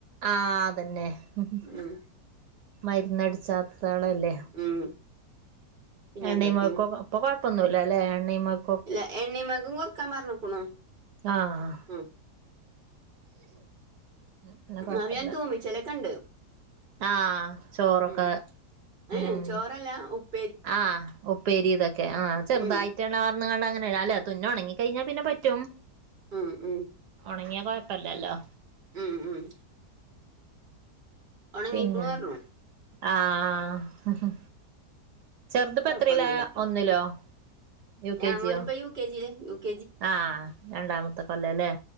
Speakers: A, on the right; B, on the right.
A: ആഹ് അതന്നെഹും
B: ഉം
A: മര്ന്നടിച്ചാത്തതാണെലെ
B: ഉം പിന്നെ
A: എണ്ണീമെയ്ക്കൊക്കെ
B: എന്തൊക്കെ
A: ഇപ്പ കൊഴപ്പൊന്നുല്ലല്ലേ എണ്ണീമെയ്ക്കൊക്കെ
B: ഇല്ല എണ്ണീമെയ്ക്കും കൊർക്കാം പർഞ്ഞ്ക്കുണു
A: ആഹ്
B: ഉം
A: പിന്നെ കൊഴപ്പല്ല
B: ന്നാലും ഞാ തൂമിച്ചലൊക്കെണ്ട്
A: ആഹ് ചോറൊക്കെ
B: ഉം ഏഹ്
A: ഉം
B: ചോറല്ല ഉപ്
A: ആഹ് ഉപ്പേരി തൊക്കെ ആഹ് ചെർതായ്റ്റ്
B: ഉം
A: എണ്ണ പാർന്ന് ങ്ങാണ്ടങ്ങനെ അല്ല തുന്നൊണങ്ങി കൈഞ്ഞാ പിന്നെ പറ്റും
B: ഉം ഉം
A: ഒണങ്ങ്യാ കൊയപ്പല്ലല്ലോ
B: ഉം ഉം ഉണങ്ങിക്കണു
A: പിന്നെന്താ
B: പറഞ്ഞു
A: ആഹ് ചെറുതിപ്പോ
B: കൊയപ്പൊന്നുല്ല
A: എത്രയിലാ
B: ഇപ്പൊ
A: ഒന്നിലോ യു കെ
B: ആഹ്
A: ജിയോ
B: ഓന് ഇപ്പ യു കെ ജീ ല് യൂ ക്
A: ആഹ് രണ്ടാമത്തെ കൊല്ലല്ലേ